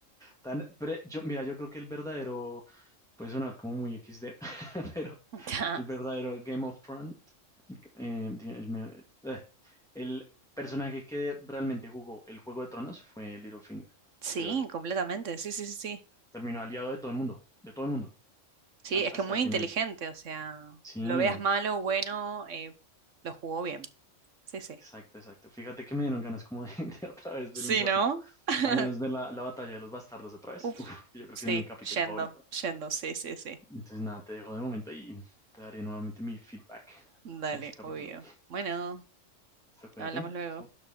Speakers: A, in the centre; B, on the right (about 70°).
A: Tan, pero yo, mira, yo creo que el verdadero, puede sonar como muy XD, <laughs> pero
B: <laughs>
A: el verdadero Game of Thrones eh, di- el, eh, el personaje que realmente jugó el Juego de Tronos fue Littlefinger,
B: Sí,
A: creo yo.
B: completamente, sí, sí, sí, sí.
A: Terminó aliado de todo el mundo, de todo el mundo,
B: Sí,
A: al-
B: es
A: hasta
B: que muy
A: el final.
B: inteligente, o sea,
A: Sí,
B: lo veas malo, bueno, eh, lo jugó bien. Sí, sí.
A: exacto, exacto. Fíjate que me dieron ganas como de, <laughs> de otra vez
B: Sí,
A: ver un ratico.
B: ¿no? <laughs>
A: Al menos ver la, la batalla de los bastardos otra vez.
B: Uf,
A: Uf, yo creo
B: sí,
A: que es mi capítulo
B: yendo,
A: favorito.
B: yendo, sí, sí, sí.
A: Entonces nada, te dejo de momento y te daré nuevamente mi feedback
B: Dale,
A: de ese capítulo.
B: obvio. Bueno,
A: Listo, cuídate.
B: hablamos luego.
A: Chao.